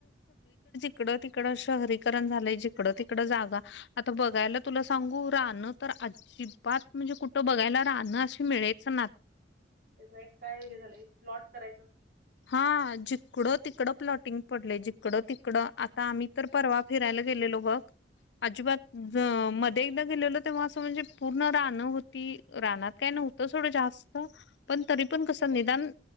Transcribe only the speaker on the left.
तिकड तिकडं शहरीकरण झालंय जिकडं तिकड जागा आता बघायला तुला सांगू राहण तर अजिबात म्हणजे कुठं बघायला राहणं अशी मिळेच ना
हा जिकडं तिकडं प्लॉटिंग पडले जिकडं तिकडं आता आम्ही तर परवा फिरायला गेलेलो बघ अजिबात मध्ये एकदा गेलेल तेव्हा असं म्हणजे पूर्ण राणं होती रानात काय नव्हत थोडं जास्त पण तरी पण कस निदान